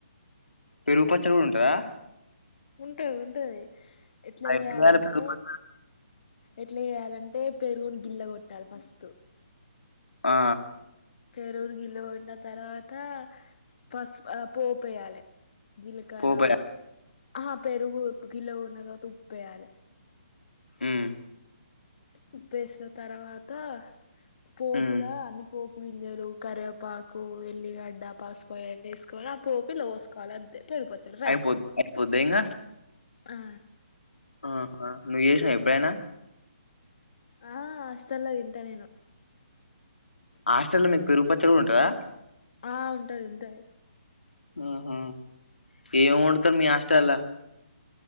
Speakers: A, on the left; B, on the left.
A: పెరుగు పచ్చడి కూడా ఉంటందా
B: ఉంటది ఉంటది ఎట్లా
A: ఆ
B: చేయాలంటే
A: ఎట్ల చేయాలే పెరుగు పచ్చడి
B: ఎట్లా చేయాలంటే పెరుగును గిల్ల కొట్టాలి ఫస్ట్
A: ఆ
B: పెరుగును గిల్ల కొట్టిన తర్వాత ఫస్ పోపేయాలే జీలకారవు
A: పోపే
B: ఆహ పెరుగు గిల్ల కొట్టిన తర్వాత ఉప్పేయాలే
A: ఉమ్
B: ఉప్పు వేసిన తర్వాత పోపులా
A: ఉమ్
B: అన్ని పోపు ముంజలు కరివేపాకు ఎల్లిగడ్డ పసుపు అయాన్ని వేసుకోవాలి ఆ పోపిల పోసుకోవాలి అం తే పెరుగు పచ్చడి రెడీ
A: అయిపోద్ అయిపోద్దా ఇంగా
B: ఆ
A: ఆహా నువ్వు చేసినవ్ ఎప్పుడైనా
B: ఆ హాస్టల్లో తింటా నేను
A: హాస్టల్ లో మీకు పెరుగుపచ్చడి కూడా ఉంటందా
B: ఆ ఉంటది ఉంటాయి
A: ఉహూ ఏం వండుతారు మీ హాస్టలా